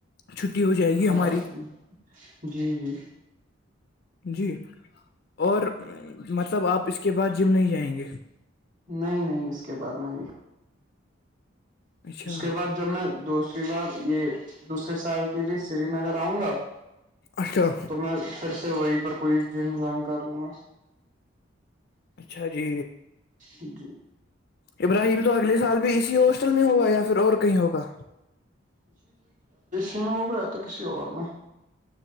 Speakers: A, on the left; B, on the right.
A: چھٹی ہو جائے گی
B: ختم
A: ہماری
B: جی جی
A: جی اور مطلب آپ اس کے بعد جم نہیں جائیں گے
B: نہیں نہیں اس کے بعد ال
A: اچھا
B: اس کے بعد جب میں دوسری بار یہ دوسرے سال کی کے لیے سری نگر آؤں گا
A: اچھا
B: تو میں پھر سے وہی پر کوئی جم جوائن کر لوں گا
A: اچھا جی
B: جی
A: ابراہیم تو اگل سال بھی اسی ہو میں ہوگا یا پھر اور کہیں ہوگا
B: ک میں ہو گیا تھا کسی اور میں